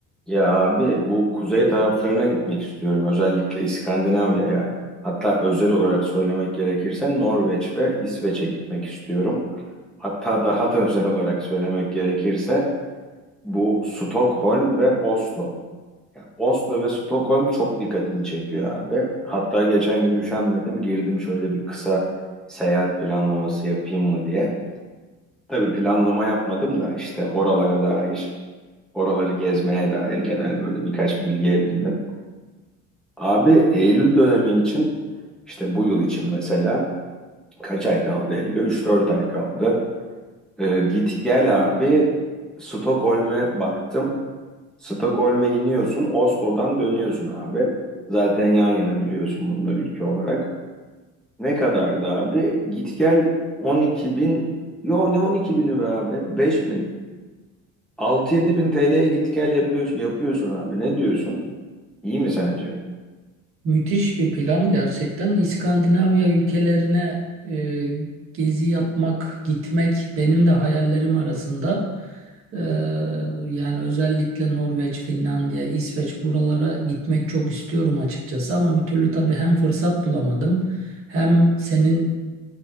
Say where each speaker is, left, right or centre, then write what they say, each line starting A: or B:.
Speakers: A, in the centre; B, on the right (about 45°).
A: Ya abi bu kuzey taraflarına gitmek istiyorum. Özellikle İskandinavya'ya. Hatta özel olarak söylemek gerekirse Norveç ve İsveç'e gitmek istiyorum. Hatta daha da özel olarak söylemek gerekirse bu Stockholm ve Oslo. Yani Oslo ve Stockholm çok dikkatimi çekiyor abi. Hatta geçen gün üşenmedim girdim şöyle bir kısa seyahat planlaması yapayım mı diye. Tabii planlama yapmadım da işte oralara dair, oraları gezmeye dair genel böyle birkaç bilgi edindim. Abi Eylül dönemi için işte bu yıl için mesela kaç ay kaldı Eylül'e? üç dört ay kaldı. Ee, git gel abi Stockholm'e baktım. Stockholm'e iniyorsun Oslo'dan dönüyorsun abi. Zaten yan yana biliyorsun bunları ülke olarak. Ne kadardı abi? Git gel 12 bin. Yo ne 12 bini be abi? 5 bin. 6-7 bin TL'ye git gel yapıyorsun, yapıyorsun abi. Ne diyorsun? İyi mi sence?
B: Müthiş bir plan gerçekten. İskandinavya ülkelerine e, gezi yapmak, gitmek benim de hayallerim arasında. E, yani özellikle Norveç, Finlandiya, İsveç buralara gitmek çok istiyorum açıkçası. Ama bir türlü tabii hem fırsat bulamadım hem senin